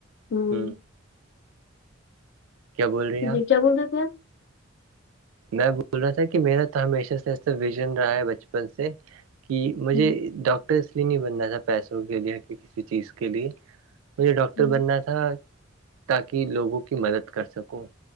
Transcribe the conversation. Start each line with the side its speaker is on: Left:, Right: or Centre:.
Left: ہوں
Right: ہ کیا بول رہی ہیں آپ
Left: جی کیا بول رہے تھے آپ
Right: میں بول رہا تھا کہ میرا تو ہمیشہ سے ایسا وژن رہا ہے بچپن سے کہ مجھے
Left: ہوں،
Right: ڈاکٹر اس لیے نہیں بننا تھا پیسوں کے لیے کہ کسی چیز کے لیے مجھے ڈاکٹر
Left: ہوں،
Right: بننا تھا تاکہ لوگوں کی مدد کر سکوں